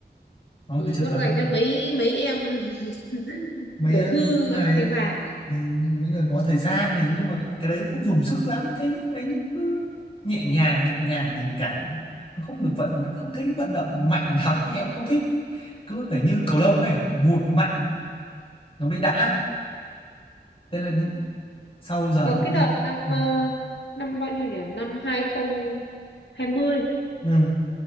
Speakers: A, on the left; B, on the left.
A: nó
B: chỉ
A: cứ chơi
B: có
A: cần
B: dành cho mấy mấy em <laughs>
A: mấy
B: tiểu thư lá
A: người
B: ngọc cành vàng ấy.
A: ừ, mấy người có thời gian này nhưng mà cái đấy không dùng sức lắm thấy anh cứ nhẹ nhàng nhẹ nhàng tình cảm nó không được vận không thấy vận động mạnh <laughs> lắm thì em cũng không thích cứ phải như
B: ừ.
A: cầu lông ấy vụt mạnh nó mới đã thế là đi, sau giờ
B: có
A: những
B: cái đợt
A: giờ
B: năm
A: ừ.
B: ờ, năm bao nhiêu nhỉ năm hai không hai mươi
A: ừ,